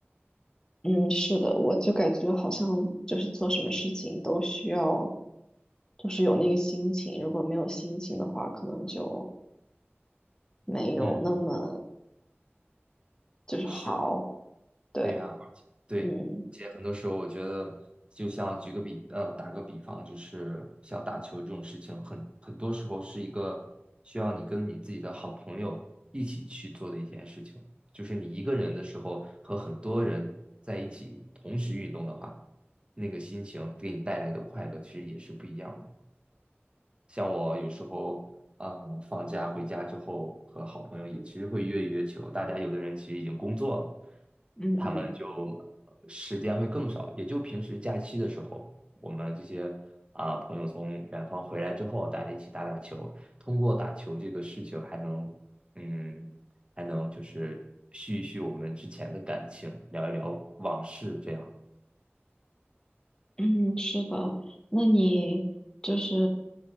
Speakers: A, on the left; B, on the right.
A: 嗯，是的，我就感觉好像就是做什么事情都需要，就是有那个心情。如果没有心情的话，可能就没有那么
B: 嗯。
A: 就是好。
B: 是，
A: 对，
B: 对呀，而且对，
A: 嗯
B: 而且很多时候我觉得，就像举个比，呃，打个比方，就是像打球这种事情，很很多时候是一个需要你跟你自己的好朋友一起去做的一件事情。就是你一个人的时候和很多人在一起同时运动的话，那个心情给你带来的快乐其实也是不一样的。像我有时候，嗯，放假回家之后，和好朋友也其实会约一约球。大家有的人其实已经工作了，
A: 嗯嗯。
B: 他们就呃时间会更少，也就平时假期的时候，我们这些啊、朋友从远方回来之后，大家一起打打球。通过打球这个事情，还能，嗯，还能就是续一续我们之前的感情，聊一聊往事，这样。
A: 嗯，是的。那你就是